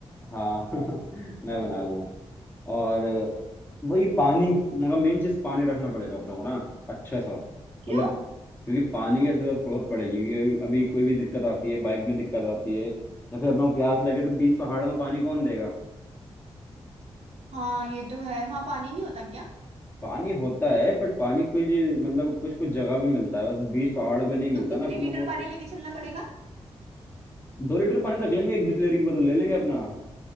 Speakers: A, on the left (about 20°); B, on the right (about 65°).
A: हाँ <laughs> मैं बना लूंगा और अ, वही पानी मतलब मेन चीज पानी रखना पड़ेगा अपने को ना अच्छा सा
B: क्यों
A: मतलब क्योंकि पानी की जरूरत बहुत पड़ेगी क्योंकि अभी अभी कोई भी दिक्कत आती है बाइक में दिक्कत आती है या फिर अपने को प्यास लगे तो बीच पहाड़ों में पानी कौन देगा
B: हाँ ये तो है वहां पानी नहीं होता क्या
A: पानी होता है बट पानी कुछ मतलब कुछ कुछ जगह पे मिलता है बीच पहाड़ पे नहीं मिलता
B: तो कितने
A: ना अपनों
B: लीटर
A: को
B: पानी लेके चलना पड़ेगा
A: दो लीटर पानी रख लेंगे एक बिसलेरी की बोतल ले लेंगे अपना